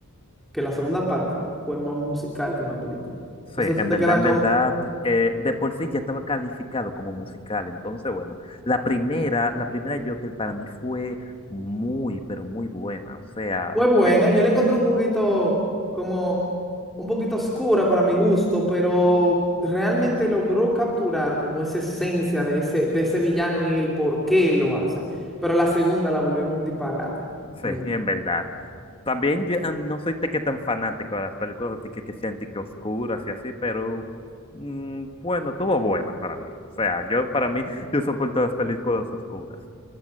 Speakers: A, in the centre; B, on the left.
A: que la segunda parte fue más musical que una película.
B: Sí,
A: Entonces tú
B: en
A: te
B: verdad,
A: quedas
B: en
A: como,
B: verdad, eh, de por sí ya estaba calificado como musical. Entonces, bueno, la primera, la primera Joker para mí fue muy, pero muy buena. O sea,
A: Fue buena,
B: te-
A: yo la encontré un poquito como un poquito oscura para mi gusto, pero realmente logró capturar como esa esencia de ese, de ese villano y el por qué lo hace. Pero la segunda la volvieron un disparate.
B: sí,
A: en
B: <laughs> en verdad. También yo ah, no soy de que tan fanático de las películas de que, que sean de que oscuras y así, pero mm, bueno, estuvo buena para mí. O sea, yo para mí, yo soporto las películas oscuras.